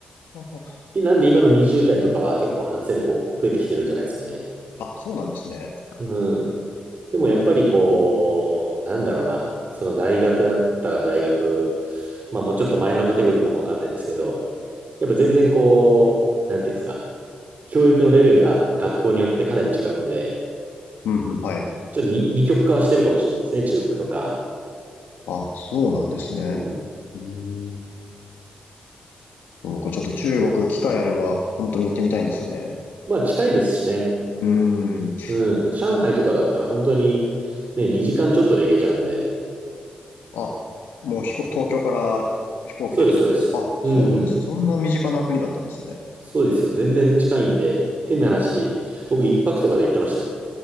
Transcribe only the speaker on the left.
はは
あ、そうなんですね。
うーん。
うん、うん、はい。
あ、そうなんですね。
うーん。そうか、ちょっと中国機会あれば、本当に行ってみたいんですよね。
うーん。
あ、もう飛行、東京から飛行機でってことか。
あ、そうなんです。
そんな身近な国だったんですね。